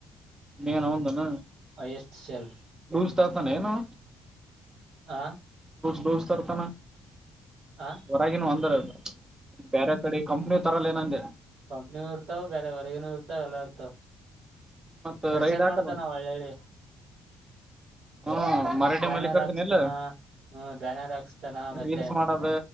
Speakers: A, on the right; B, on the right.
A: ನೇನ ಹಂದಾನ
B: ಎಷ್ಟು ಶೇಲ್
A: ಲೂಸ್ ಕಾಂತಾನೆ ನವ
B: ಹ
A: ಲೂಸ್ ತರ್ತಾನ
B: ಆ
A: ಹೊರಗನ ಒಂದರಲ್ಲ ಬೇರೆ ಕಡೆ ಕಂಪ್ನಿ ತರಲ್ಲ ಏನಂದೆ
B: ಒಮ್ಮೂ ಇರ್ತಾವ ಬೇರೆವರೆಗನೂ ಇರ್ತಾವ ಎಲ್ಲ ಇರ್ತಾವ
A: ಮತ್
B: ಪ್ರೆಷರ್
A: ರೈಡ್ ಹಾಕಲ್ಲ
B: ಮಾಡ್ತ ನಾವ ಒಳ್ಳಳ್ಳಿ
A: ಹ್ಮ್ ಮರಾಠಿ
B: ಬ್ಯಾನರ್
A: ಮಲ್ಲಿಕಾರ್ಜುನ್
B: ಹಾಕ್ಸ್ತಾನ
A: ಇಲ್ಲ
B: ಹ್ಮ ಬ್ಯಾನರ್ ಹಾಕ್ಸ್ತಾನ ಮತ್ತೆ
A: ರೀಲ್ಸ್ ಮಾಡದ